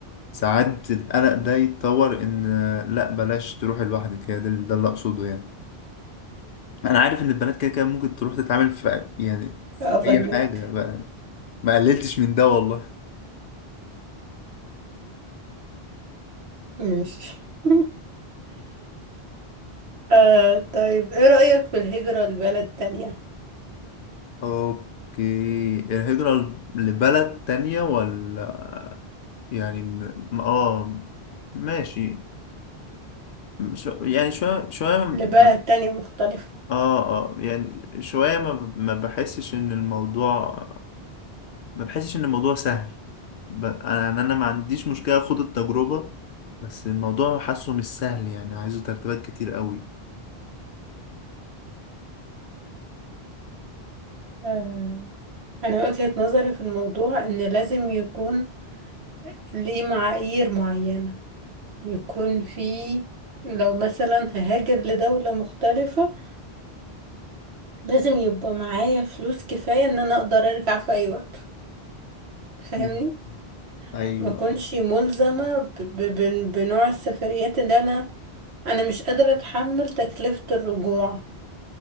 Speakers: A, on the left (about 60°); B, on the right (about 80°).
A: ساعات القلق ده يتطور ان لا بلاش تروح لوحدك هي ده ده اللي اقصده يعني انا عارف ان البنات كده كده ممكن تروح تتعامل في يعني في
B: اه فهمك
A: اي حاجه ما, ما قللتش من ده والله
B: ماشي <laughs> آه طيب ايه رأيك في الهجرة لبلد تانية
A: اوكي الهجره لبلد تانية ولا يعني م- اه ماشي شو- يعني شويه شويه م-
B: لبلد تانية مختلفة
A: اه اه يعني شويه ما, ما بحسش ان الموضوع ما بحسش ان الموضوع سهل ب... انا يعني انا ما عنديش مشكله اخد التجربه بس الموضوع حاسه مش سهل يعني عايزه ترتيبات كتير قوي
B: آه انا وجهة نظري في الموضوع ان لازم يكون ليه معايير معينة يكون في لو مثلا ههاجر لدولة مختلفة لازم يبقى معايا فلوس كفاية ان انا اقدر ارجع في اي وقت فاهمني
A: مم. ايوه
B: ما اكونش ملزمة ب- ب- بن- بنوع السفريات اللي انا انا مش قادرة اتحمل تكلفة الرجوع